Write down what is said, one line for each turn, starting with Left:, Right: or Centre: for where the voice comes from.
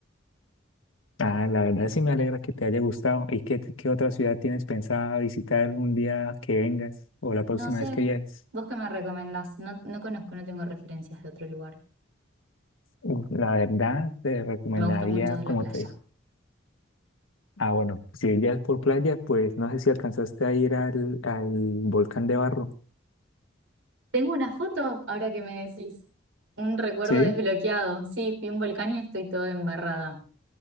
Left: Ah, la verdad sí me alegra que te haya gustado. ¿Y qué, qué otra ciudad tienes pensada visitar un día que vengas o la próxima
Right: No sé,
Left: vez que viajes?
Right: vos qué me recomendás, no, no conozco, no tengo referencias de otro lugar.
Left: Uf, la verdad te recomendaría,
Right: Me gusta mucho
Left: como
Right: la playa.
Left: te... Ah, bueno, si ya es por playa, pues no sé si alcanzaste a ir al, al volcán de Barro.
Right: Tengo una foto, ahora que me decís. Un recuerdo
Left: Sí,
Right: desbloqueado. Sí, fui a un volcán y estoy toda embarrada.